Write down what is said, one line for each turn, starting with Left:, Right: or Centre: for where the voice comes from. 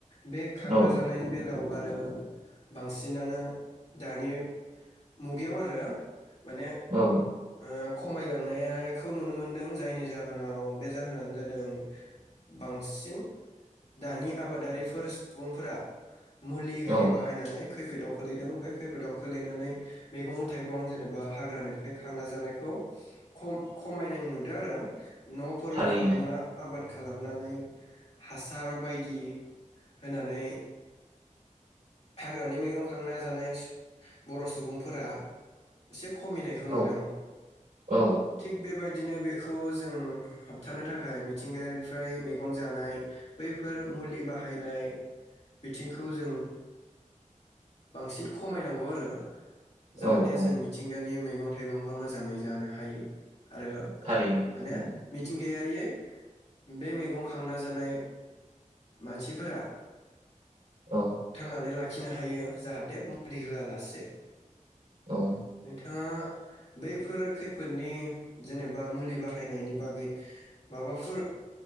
Left: बे खांना
Right: औ
Left: जानायनि बेलायावबा आरो बांसिनानो दानि मुगायाव आरो। माने ओ
Right: औ
Left: खमायलांनायायखौ नुनो मोनदों जायनि जाहोनाव बे जाहोनानो जादों बांसिन दानि आबादारिफोर सुबुंफोरा मुलि
Right: औ
Left: होरि बाहायनानै खैफोदाव खोलैदों बे खैफोदाव खोलैनानै मैगं थाइगं जेनेबा हाग्रानिफ्राय थांना जानायखौ खम-खमायनाय नुदों आरो। नफोराव
Right: थारैनो
Left: खालामना आबाद खालामनानै हासार बायदि होनानै। हाग्रानि मैगं खांना जानाय सु बर' सुबुंफोरा एसे खमिनायखौ
Right: औ
Left: नुदों
Right: औ
Left: थिक बेबायदि दिनो बेखौ जों होबथानो थाखाय मिथिंगायारिफ्राय मैगं जानाय बैफोर मुलि बाहायनाय बिथिंखौ जों बांसिन खमायनांगौ आरो। जाहाथे
Right: औ औ
Left: जों मिथिंगानि मै मैगं थाइगंखौ मोजाङै जानो हायो। आरो
Right: थारैनो
Left: माने
Right: थारैनो
Left: मिथिंगाया बोयै बे मैगं खांना जानाय मानसिफोरा
Right: औ।
Left: नानै लाखिनो हायो जाहाथे मुलि होआलासे
Right: औ
Left: नोंथाङा बैफोर खैफोदनि जेनेबा मुलि बाहायनायनि बागै माबाफोर